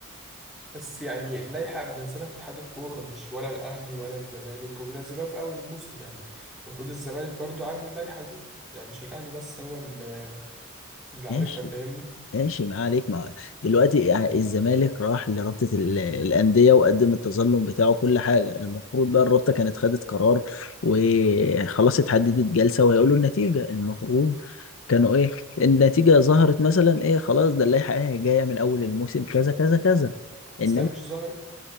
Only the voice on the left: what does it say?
ماشي
ماشي ما عليك ما دلوقتي يعني الزمالك راح لرابطة ال- الأندية وقدم التظلم بتاعه كل حاجة يعني المفروض بقى الرابطة كانت خدت قرار وخلاص اتحددت جلسة وهيقولوا النتيجة المفروض كانوا ايه النتيجة ظهرت مثلا ايه خلاص ده اللائحة ايه جاية من أول الموسم كذا كذا كذا إنما